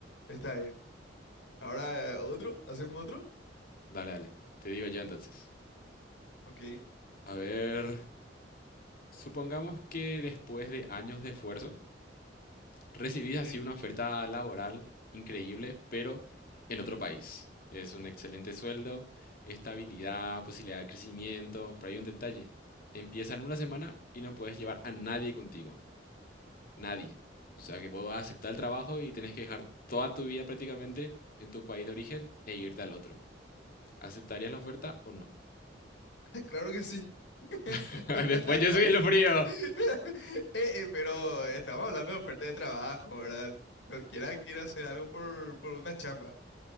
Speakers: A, on the left; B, on the left.
A: Está bien. Ahora, ¿otro? ¿Hacemos otro?
B: Dale, dale. Te digo yo entonces.
A: Ok.
B: A ver, supongamos que después de años de esfuerzo, recibís
A: Sí.
B: así una oferta laboral increíble, pero en otro país. Es un excelente sueldo, estabilidad, posibilidad de crecimiento, pero hay un detalle. Empieza en una semana y no puedes llevar a nadie contigo. Nadie. O sea que vos vas a aceptar el trabajo y tenés que dejar toda tu vida prácticamente en tu país de origen e irte al otro. ¿Aceptarías la oferta o no?
A: <laughs> Claro que sí. <laughs>
B: <laughs> Después yo soy el frío.
A: <laughs> Eh, eh, pero estamos hablando de oferta de trabajo, ¿verdad? Cualquiera quiere hacer algo por, por una chamba.